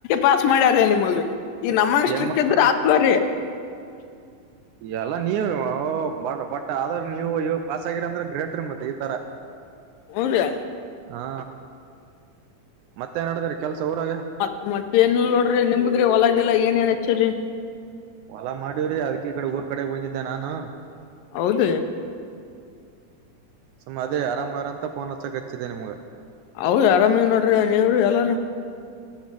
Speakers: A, on the left; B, on the right.
A: ಪಾಸ್ ಮಾಡ್ಯಾರ ನಿಮಗ್ ಈ ನಮ್ಮಷ್ಟಕ್ಕ
B: ಏನ್ ಮಾಡ್ತರಿ
A: ಇದ್ರ ಆಗ್ಕ್ವ ರೀ
B: ಎಲ್ಲ ನೀವು ಬಟ್ ಆದ್ರ ನೀವು ಇವ ಪಾಸ್ ಆಗಿರಂದ್ರೆ ಗ್ರೇಟ್ರ ಮತ್ತೆ ಈ ಇತರ
A: ಹಾ
B: ಹಾ ಮತ್ತೆ ಏನ್ಡದ್ರ ಕೆಲ್ಸ ಊರಾಗ
A: ಮತ್ತ ಮತ್ತ ಏನಲ್ ನೋಡ್ರಿ ನಿಮಗ್ರಿ ಹೊಲಗೆಲ್ಲಾ ಏನ್ ಏನ್ ಹೆಚ್ಚ್ರರಿ
B: ಹೊಲಾ ಮಾಡೀವ್ರಿ ಅದ್ ಈ ಕಡೆ ಊರ್ ಕಡೆಗೆ ಬಂದಿದ್ದೆ ನಾನು
A: ಹೌದ
B: ಸುಮ್ಮ ಅದೇ ಆರಾಮ್ರ ಅಂತ ಪಫೋನ್ ಹತ್ತ ಕಚ್ಚಿದೆ ನಿಮ್ಗ
A: ಹೌದ ಆರಾಮ ನೋಡ್ರಿ ನೀವ್ರ ಎಲ್ಲಾರು